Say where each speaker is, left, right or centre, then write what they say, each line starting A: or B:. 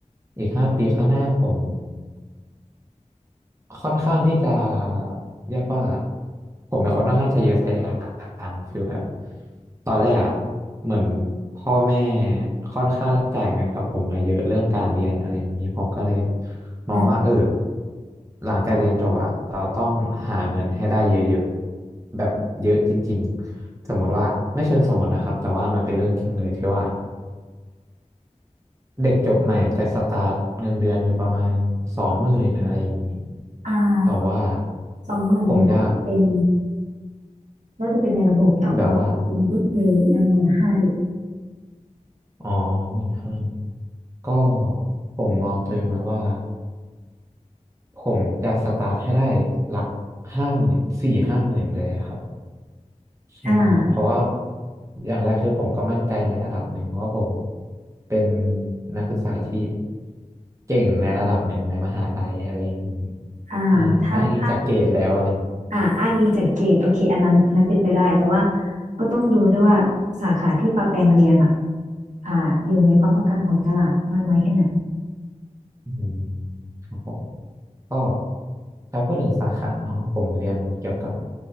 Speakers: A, on the right; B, on the right.
A: อีกห้าปีข้างหน้าผม ค่อนข้างที่จะเรียกว่าผมเป็นคนค่อนข้างทะเยอทะยานฟิลแบบตอนแรกอะเหมือนพ่อแม่ค่อนข้างจ่ายเงินกับผมมาเยอะเรื่องการเรียนอะไรอย่างนี้ผมก็เลยมองว่าเออ
B: อ่ะ
A: หลังจากเรียนจบอะเราต้องหาเงินให้ได้เยอะๆแบบเยอะจริงๆสมมติว่าไม่เชิงสมมตินะครับแต่ว่ามันเป็นเรื่องจริงเลยที่ว่า เด็กจบใหม่จะสตาร์ทเงินเดือนอยู่ประมาณสองหมื่นอะไรอย่างนี้
B: อ่า
A: แต่ว่า
B: สองหมื่นเนี่ยนะเป็น
A: ผมอยาก
B: น่าจะเป็นในระบบแต่ความเป็นจริงก็คือยังหมื่นห้าอยู่
A: แบบว่าอ๋อหมื่นห้าก็ผมมองตัวเองไว้ว่าผมจะสตาร์ทให้ได้หลักห้าหมื่นสี่ห้าหมื่นเลยอะครับใช่เพราะว่า
B: อ่า
A: อย่างแรกคือผมก็มั่นใจในระดับหนึ่งว่าผมเป็นนักศึกษาที่เก่งในระดับหนึ่งในมหาลัยอะไรอย่างนี้
B: อ่าถ้าถ้า
A: ใช่อ้างอิงจากเกรดแล้วอะไรอย่างนี้
B: อ่าอ้างอิงจากเกรดโอเคอันนั้นอันนั้นเป็นไปได้แต่ว่าก็ต้องดูด้วยว่าสาขาที่ป้าแปลงเรียนอ่ะอ่าอยู่ในความต้องการของตลาดมากน้อยแค่ไหน
A: อืมครับผมก็ถ้าพูดถึงสาขาเนาะผมเรียนเกี่ยวกับ